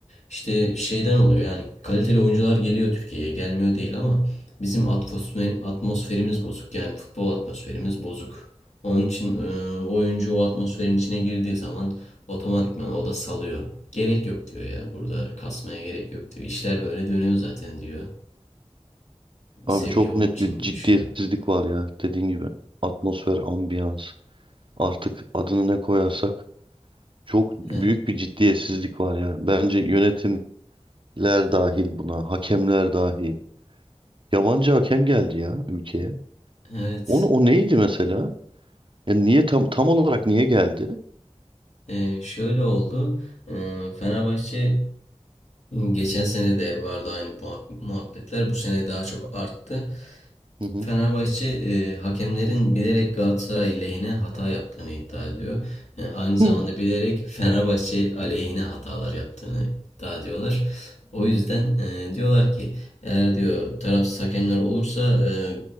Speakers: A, on the left (about 85°); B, on the right (about 50°).
A: işte şeyden oluyor. Yani kaliteli oyuncular geliyor Türkiye'ye. Gelmiyor değil ama bizim atmosfer, atmosferimiz bozuk. Yani futbol atmosferimiz bozuk. Onun için e, oyuncu o atmosferin içine girdiği zaman otomatikman o da salıyor. Gerek yok diyor ya. Burada kasmaya gerek yok diyor. İşler böyle dönüyor zaten diyor.
B: Abi
A: Seviye
B: çok
A: onun
B: net
A: için
B: bir ciddiyetsizlik
A: düşüyor.
B: var ya dediğin gibi. Atmosfer, ambiyans artık adını ne koyarsak çok büyük
A: He,
B: bir ciddiyetsizlik var ya. Bence yönetimler dahil buna, hakemler dahil. Yabancı hakem geldi ya ülkeye.
A: evet.
B: Onu o neydi mesela? Ya niye tam tam olarak niye geldi?
A: E, şöyle oldu. E, Fenerbahçe Geçen sene de vardı aynı muhab- muhabbetler. Bu sene daha çok arttı.
B: Hı hı.
A: Fenerbahçe e, hakemlerin bilerek Galatasaray lehine hata yaptığını iddia ediyor. E, aynı zamanda
B: Hı.
A: bilerek Fenerbahçe aleyhine hatalar yaptığını iddia ediyorlar. O yüzden e, diyorlar ki eğer diyor tarafsız hakemler olursa e,